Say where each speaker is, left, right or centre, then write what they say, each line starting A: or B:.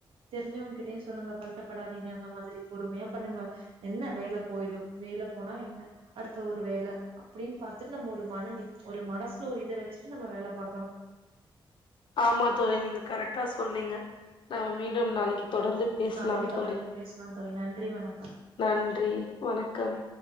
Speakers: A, on the right (about 85°); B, on the left (about 65°).
A: தெரிஞ்சவங்ககிட்டயு சொல்லுங்க பதட்ட படாதீங்க அந்த மாதிரி பொறுமையா பண்ணுங்க என்ன வேல போயிடு வேல போன என்ன அடுத்த ஒரு வேலை அப்படின்னு பாத்துட்டு நம்ம ஒரு மன ஒரு மனசுல ஒரு இத வச்சுட்டு நம்ம வேல பாகக்கணு
B: ஆமா தோழி நீங்க கரெக்டா சொன்னிங்க நாம மீண்டு
A: ம்
B: நாளைக்கு தொடர்ந்து பேசலாம்
A: நாளைக்கு
B: தோழி
A: தொடர்ந்து பேசலா தோழி நன்றி வணக்கம்
B: நன்றி வணக்கம்